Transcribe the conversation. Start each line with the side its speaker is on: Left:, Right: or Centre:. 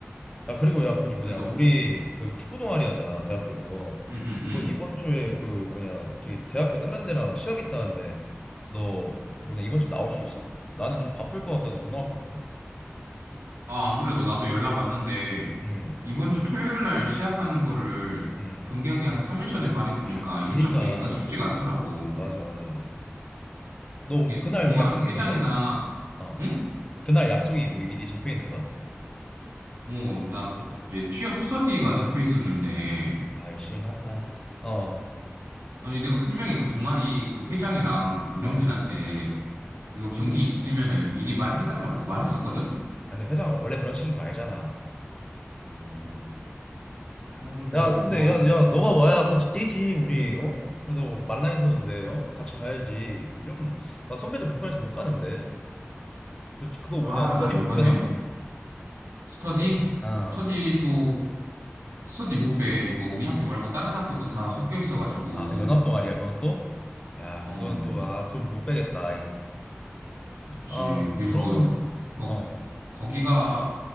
Left: 아 그리고 야 그리 뭐냐
Right: 그래도,
Left: 우리 그 축구 동아리
Right: 음,
Left: 하잖아 대학교에서
Right: 음, 음, 음.
Left: 너 이번 주에 그 뭐냐 저기 대학교 다른 데랑 시합 있다는데 너 뭐냐 이번 주 나올 수 있어? 나는 좀 바쁠 것 같아서 못 나올 것 같거든.
Right: 아, 안 그래도 나도 연락 왔는데,
Left: 음,
Right: 이번 주 토요일 날 시합하는 거를
Left: 음.
Right: 경기하기 한 3일 전에 말해주니까
Left: 아,
Right: 일정
Left: 그니까
Right: 빼기가 쉽지가 않더라고.
Left: 맞아 맞아. 너 그럼
Right: 이게
Left: 그날
Right: 동아리
Left: 약속
Right: 회장이나,
Left: 있는 거야? 어,
Right: 응?
Left: 그날 약속이 뭐 미리 잡혀 있는 거야?
Right: 어, 나 그때 이제 취업 스터디가 잡혀 있었는데,
Left: 아, 열심히 산다. 어,
Right: 아니, 내가 분명히 그 동아리 그 회장이랑 운영진한테
Left: 어.
Right: 이거 경기 있으면은 미리 말해달라고 말했었거든?
Left: 아, 근데 회장 원래 그런 식인 거 알잖아.
Right: 음, 그래가지고
Left: 야, 근데
Right: 뭐,
Left: 야, 야, 너가 와야 같이 뛰지 우리. 어? 그래도 말라인 서는데 어? 같이 가야지. 이러면 나 선배들 불편해서 못 가는데. 그- 그거 뭐냐
Right: 아,
Left: 스터디
Right: 나 이번에
Left: 못 빼나?
Right: 스터디?
Left: 어.
Right: 스터디도 스터디 못 빼. 이거 우리 학교 말고 다른 학교도 다 섞여 있어가지고.
Left: 아, 그 연합 동아리야. 그건 또? 야,
Right: 어,
Left: 그건 또 아, 그럼 못 빼겠다. 아이.
Right: 그치.
Left: 아,
Right: 그래서
Left: 그러면
Right: 거,
Left: 어,
Right: 거기가